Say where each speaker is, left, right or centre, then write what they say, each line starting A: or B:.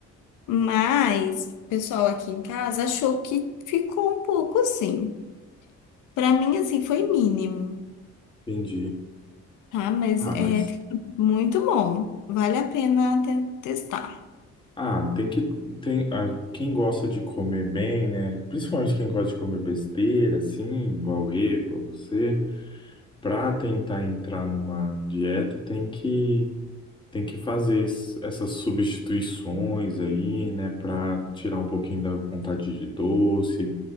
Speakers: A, on the left (about 85°); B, on the left (about 15°).
A: Mas o pessoal aqui em casa achou que ficou um pouco assim. Pra mim, assim, foi mínimo,
B: Entendi.
A: tá? Mas
B: Ah,
A: é
B: mas
A: fica muito bom. Vale a pena te- testar.
B: Ah, tem que tem ah, quem gosta de comer bem, né? Principalmente quem gosta de comer besteira, assim, igual eu, igual você, para tentar entrar numa dieta, tem que tem que fazer es- essas substituições aí, né, para tirar um pouquinho da vontade de doce,